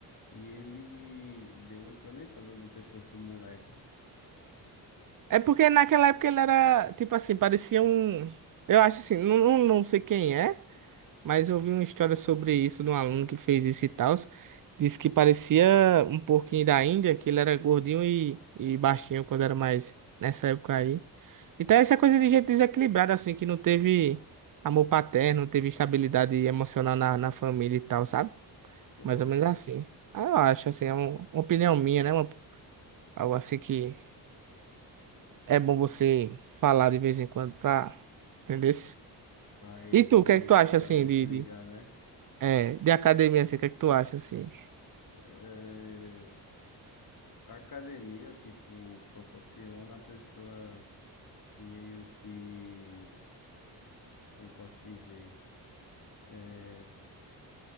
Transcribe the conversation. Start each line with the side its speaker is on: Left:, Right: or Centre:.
Left: e ele deu uma canetada no pescoço do moleque.
Right: É porque naquela época ele era, tipo assim, parecia um. Eu acho assim, não, não, não sei quem é. Mas eu vi uma história sobre isso de um aluno que fez isso e tal. Disse que parecia um porquinho da Índia, que ele era gordinho e, e baixinho quando era mais nessa época aí. Então essa coisa de gente desequilibrada, assim, que não teve amor paterno, não teve estabilidade emocional na, na família e tal, sabe?
Left: Tu
Right: Mais ou
Left: acha?
Right: menos assim. Ah, eu acho, assim, é um- uma opinião minha, né? Uma- algo assim que é bom você falar de vez em quando pra entender.
Left: Pra ele
Right: E tu, o
Left: meio
Right: que é que tu acha,
Left: pra
Right: assim,
Left: ele
Right: de,
Left: se ligar,
Right: de,
Left: né?
Right: é, de academia, assim, o que é que tu acha, assim?
Left: Eh, a academia, tipo, proporciona a pessoa meio que, como eu posso dizer? é,